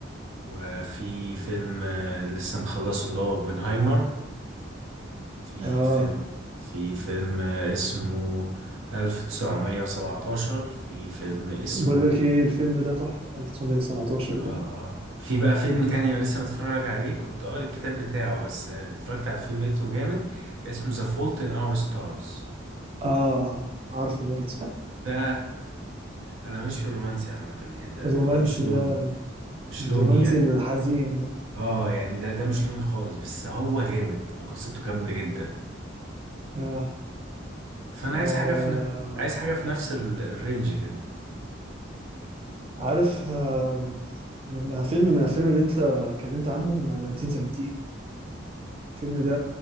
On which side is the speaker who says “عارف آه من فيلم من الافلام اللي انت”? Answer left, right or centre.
Right